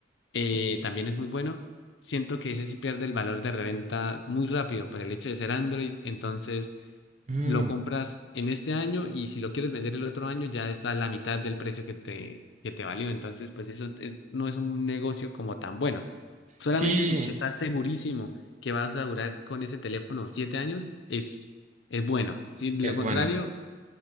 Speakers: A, on the left; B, on the right.
A: eh, también es muy bueno. Siento que ese sí pierde el valor de reventa muy rápido por el hecho de ser Android. Entonces
B: Mm,
A: lo compras en este año y si lo quieres vender el otro año ya está a la mitad del precio que te, que te valió. Entonces pues eso eh, no es un negocio como tan bueno. Solamente
B: sí,
A: si estás segurísimo que vas a durar con ese teléfono siete años es, es bueno. Si de
B: es
A: lo contrario
B: bueno.